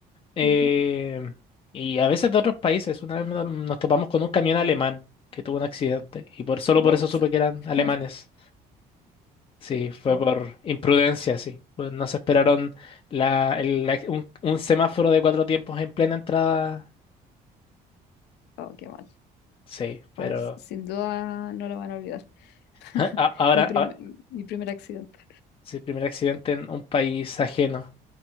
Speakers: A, on the left; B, on the left.
A: eh,
B: Ujú.
A: y a veces de otros países. Una vez no- nos topamos con un camión alemán que tuvo un accidente. Y por solo
B: What?
A: por eso supe que eran alemanes.
B: <laughs>
A: Sí, fue
B: Oh,
A: por imprudencia, sí. Pues no se esperaron la, el- la- un, un semáforo de cuatro tiempos en plena entrada.
B: oh, qué mal.
A: Sí, pero...
B: Bueno, s- sin duda no lo van a olvidar. <laughs>
A: <laughs> Ah, Ahora,
B: Mi primer, mi primer accidente.
A: Sí, el primer accidente en un país ajeno.